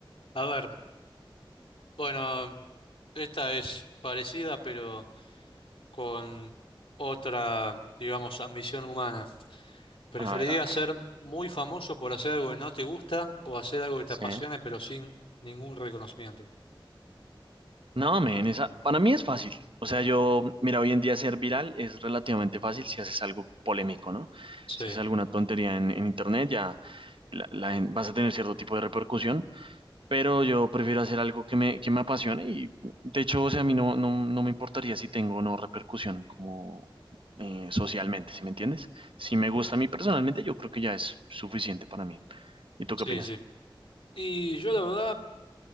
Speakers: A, on the left; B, on the right.
A: A ver, bueno, esta es parecida pero con otra, digamos, ambición humana. ¿Preferirías
B: A ver, a ver.
A: ser muy famoso por hacer algo que no te gusta o hacer algo que te
B: Sí.
A: apasione pero sin ningún reconocimiento?
B: No, men, esa, para mí es fácil. O sea, yo, mira, hoy en día ser viral es relativamente fácil si haces algo polémico, ¿no?
A: Sí,
B: Si haces alguna tontería en, en internet, ya la- la gen- vas a tener cierto tipo de repercusión, pero yo prefiero hacer algo que me, que me apasione y, de hecho, o sea, a mí no, no, no me importaría si tengo o no repercusión como eh, socialmente, ¿sí me entiendes? Si me gusta a mí personalmente, yo creo que ya es suficiente para mí. ¿Y tú qué
A: sí,
B: opinas?
A: sí. Y yo la verdad...